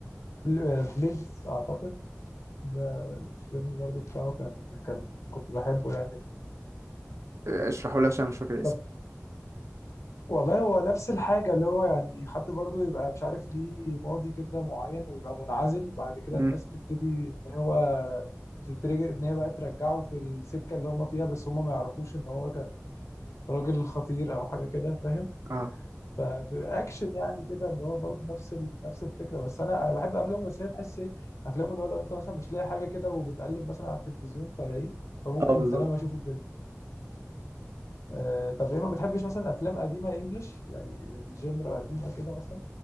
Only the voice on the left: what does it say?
بل- بليدز اعتقد ده الفيلم برضه بتاعه كان كان كنت بحبه يعني
طب والله هو نفس الحاجة اللي هو يعني حد برضه يبقى مش عارف ليه ماضي كده معين ويبقى منعزل بعد كده
الناس تبتدي إن هو تترجع إن هي بقى ترجعه في السكة اللي هما فيها بس هما ما يعرفوش إن هو كان راجل خطير أو حاجة كده فاهم
فبأكشن يعني كده اللي هو برضه نفس ال... نفس الفكرة بس أنا أنا بحب أفلام الممثلية تحس إيه أفلام اللي هو لو أنت مثلا مش لاقي حاجة كده وبتقلب مثلا على التلفزيون فلاقيه فممكن
تمام أشوف الفيلم آه طب إيه ما بتحبش مثلا أفلام قديمة إنجلش يعني الجينرا قديمة كده مثلا